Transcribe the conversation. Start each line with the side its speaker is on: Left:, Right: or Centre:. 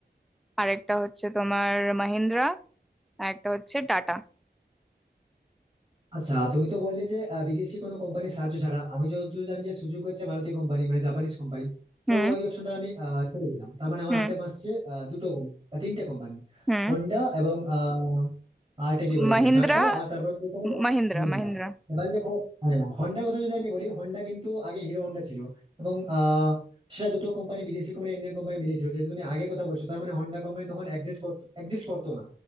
Centre: আর একটা হচ্ছে তোমার মাহিন্দ্রা আর একটা হচ্ছে টাটা
Right: আচ্ছা তুমি তো বললে যে আহ, বিদেশি কোনো কোম্পানির সাহায্য ছাড়া আমি যতদূর জানি যে সুযোগ হচ্ছে ভারতীয় কোম্পানি মানে জাপানিজ কোম্পানি তো
Centre: হুম
Right: ওই অপশনটা আমি আহ, ছেড়ে দিলাম তার মানে আমার
Centre: হুম
Right: হাতে বাঁচছে আহ, দুটো com- আহ, তিনটে কোম্পানি
Centre: হুম
Right: হন্ডা এবং আহ, আরেকটা কি বলে
Centre: মাহিন্দ্রা
Right: তুমি টাটা আর তারপরে তুমি বলে
Centre: মাহিন্দ্রা
Right: মহিন্দ্রা
Centre: মাহিন্দ্রা
Right: এবার দেখো হ্যাঁ, হন্ডার কথা যদি আমি বলি হন্ডা কিন্তু আগে হিরো হন্ডা ছিল এবং আহ, সেটা দুটো কোম্পানি বিদেশি কোম্পানি ইন্ডিয়ান কোম্পানি মিলেছিল যেহেতু তুমি আগের কথা বলছো তার মানে হন্ডা কোম্পানি তখন এক্সিস্ট করতো এক্সিস্ট করতো না